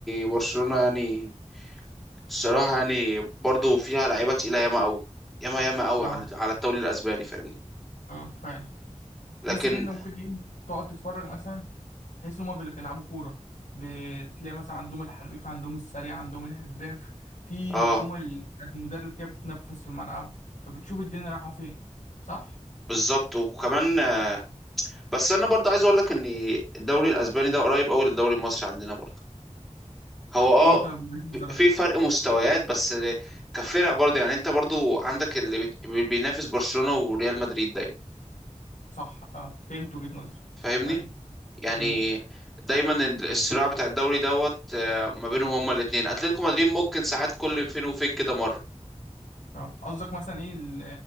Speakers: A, in the centre; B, on the left.
A: برشلونه يعني الصراحه يعني برضه فيها لعيبه تقيله ياما قوي ياما ياما قوي
B: اه
A: على على الدوري الاسباني فاهمني
B: اه فعلا تحس
A: لكن
B: كده انت ممكن ايه تقعد تتفرج مثلا تحس هما بيل- بيلعبوا كوره بتلاقي مثلا عندهم الحريف عندهم السريع عندهم الهداف في
A: اه
B: جمل بتاعت المدرب كده بتتنفس في الملعب فبتشوف الدنيا رايحه فين صح
A: بالظبط وكمان آه، بس انا برضه عايز اقول لك ان الدوري الاسباني ده قريب قوي للدوري المصري عندنا برضه هو
B: ايه
A: اه
B: إيه طيب وجهة نظرك
A: في فرق مستويات بس كفرق برضه يعني انت برضه عندك اللي بت- بينافس برشلونة وريال مدريد دايما
B: صح اه فهمت وجهة نظرك
A: فاهمني
B: ايوه
A: يعني
B: فهمت
A: دايما الصراع بتاع الدوري دوت آه، ما بينهم هما الاتنين اتلتيكو مدريد ممكن ساعات كل فين وفين كده مرة
B: اه قصدك مثلا ايه ال-